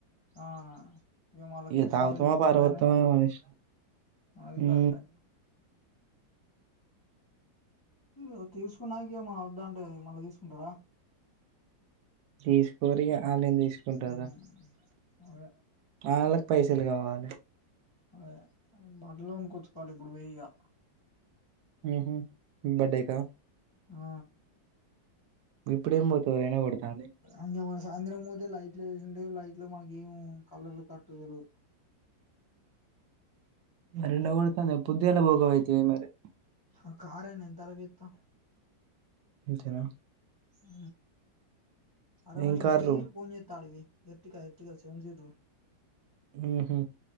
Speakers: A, on the left (about 35°); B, on the right (about 70°).
A: ఆ మళ్ళా
B: ఇగ
A: తీసుకోమంటే
B: తాగుతామో
A: తీసుకుంటాడా
B: పార్వోత్తమో
A: ఆయన
B: మన ఇష్
A: అది
B: ఉ
A: కరెక్టే ఆహ్ తీసుకున్నాక ఏమో వద్దాంటే మళ్ళా తీసుకుంటడా
B: తీస్ కోరిగ ఆళ్లేందుకు తీసుకుంటారు
A: ఉమ్
B: రా
A: అదే
B: ఆళ్ళకి పైసలు కావాలే
A: అదే బుట్టలు కొనుకోచ్చుకోవాలి ఇప్పుడు పోయి యిగా.
B: ఉహు బర్త్డేకా
A: ఆ
B: గిప్పుడేం పోతవు ఎండ గొడుతంది
A: ఇంగ మన సాయంత్రం పోతే లైట్లు వేసుంటే లైట్లో మనకేమో కలర్లు కరెక్ట్ తెల్వవు
B: మరి ఎండ కొడుతుంది ఎప్ పొద్దుగాల పోకవైతివి మరే
A: అహ్ కారయినా ఎంతల పోయత్త
B: అంతేనా
A: ఉ అరవనీ
B: ఏం కారు
A: పోయి ఫోన్ జెత్తా అడికిపోయి ఎర్టిగా ఎర్తిగా సెవెన్ సీటరు.
B: ఉహు